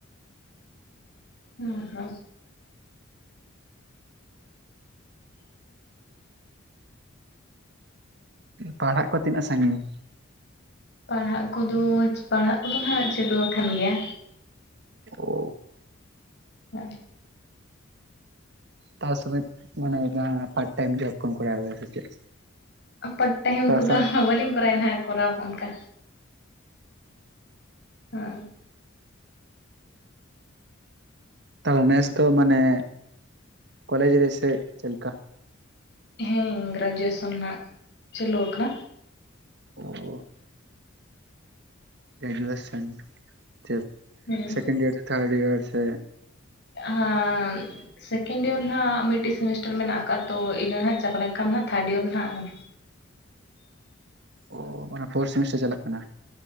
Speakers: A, on the left; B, on the right.
A: ᱦᱩᱸ ᱦᱚ᱾
B: ᱯᱟᱲᱦᱟᱜ ᱠᱚ ᱛᱤᱱᱟᱹᱜ ᱥᱟᱺᱜᱤᱧᱟ?
A: ᱯᱟᱲᱦᱟᱜ ᱠᱚᱫᱚ, ᱯᱟᱲᱦᱟᱜ ᱠᱚᱫᱚ ᱦᱟᱜ ᱪᱟᱹᱞᱩᱣᱟ ᱟᱠᱟᱱ ᱜᱮᱭᱟ᱾
B: ᱚ᱾
A: ᱦᱚᱭ᱾
B: ᱛᱟᱥᱨᱮ ᱢᱟᱱᱮ ᱡᱟᱦᱟᱱᱟᱜ ᱯᱟᱴ ᱴᱟᱭᱤᱢ ᱡᱚᱵ ᱠᱚᱢ ᱠᱚᱭᱟᱣ ᱜᱮᱭᱟ ᱥᱮ ᱪᱮᱫ?
A: ᱟᱯᱟᱨᱴ ᱴᱟᱭᱤᱢ
B: ᱛᱟ
A: ᱠᱚᱫᱚ
B: ᱥᱟᱶᱛᱮ
A: ᱦᱟᱸᱜ ᱵᱟᱹᱞᱤᱧ ᱠᱚᱨᱟᱣᱮᱜ ᱱᱟᱦᱟᱸᱜ ᱠᱚᱨᱟᱣ ᱚᱱᱠᱟ᱾ ᱦᱮᱸ᱾
B: ᱛᱟᱞᱦᱮ ᱱᱮᱥ ᱫᱚ ᱢᱟᱱᱮ ᱠᱚᱞᱮᱡᱽ ᱨᱮᱥᱮ ᱪᱮᱫ ᱞᱮᱠᱟ?
A: ᱦᱮᱸ ᱜᱨᱟᱡᱩᱭᱮᱥᱚᱱ ᱱᱟᱦᱟᱜ ᱪᱟᱹᱞᱩᱣ ᱟᱠᱟᱱᱟ᱾
B: <inaudible> ᱜᱨᱮᱡᱩᱭᱮᱥᱚᱱ ᱪᱮᱫ
A: ᱦᱮᱸ
B: ᱥᱮᱠᱮᱱᱰ ᱤᱭᱟᱨ ᱥᱮ ᱴᱷᱟᱨᱰ ᱤᱭᱟᱨ ᱥᱮ
A: ᱦᱟᱸᱢ ᱥᱮᱠᱮᱱᱰ ᱤᱭᱟᱨ ᱨᱮ ᱱᱟᱦᱟᱜ ᱢᱤᱫᱴᱤᱡ ᱥᱮᱢᱤᱥᱴᱟᱨ ᱢᱮᱱᱟᱜ ᱟᱠᱟᱫ ᱛᱚ ᱤᱱᱟᱹ ᱱᱟᱦᱟᱜ ᱪᱟᱵᱟ ᱞᱮᱱ ᱠᱷᱟᱱ ᱱᱟᱦᱟᱜ ᱛᱷᱟᱨᱰ ᱤᱭᱟᱨ ᱨᱮ ᱱᱟᱦᱟᱜ
B: ᱚ ᱢᱟᱱᱮ ᱯᱷᱳᱨ ᱥᱮᱢᱤᱥᱴᱟᱨ ᱪᱟᱞᱟᱜ ᱠᱟᱱᱟ᱾